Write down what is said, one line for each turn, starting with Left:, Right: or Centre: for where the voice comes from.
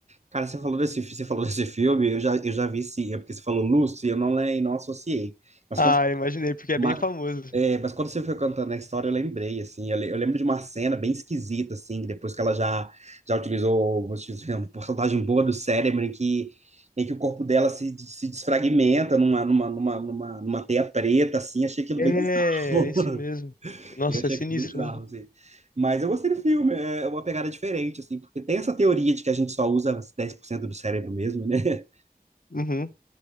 Right: Cara, você falou desse, você falou desse filme, eu já, eu já vi sim, é porque você falou Lucy, eu não lembro, não associei. Mas
Left: Ah,
Right: quando,
Left: imaginei, porque
Right: ma-
Left: é bem famoso.
Right: é, mas quando você foi cantando a história, eu lembrei, assim, eu, le- eu lembro de uma cena bem esquisita, assim, que depois que ela já, já utilizou, vou te dizer, uma porcentagem boa do cérebro, em que, em que o corpo dela se, se desfragmenta numa, numa, numa, numa, numa teia preta, assim, achei aquilo
Left: É,
Right: bem bizarro.
Left: é isso
Right: né?
Left: mesmo. Nossa,
Right: Eu achei
Left: é sinistro,
Right: aquilo bizarro,
Left: né?
Right: assim. Mas eu gostei do filme, é uma pegada diferente, assim, porque tem essa teoria de que a gente só usa 10% do cérebro mesmo, né? <laughs>
Left: Uhum.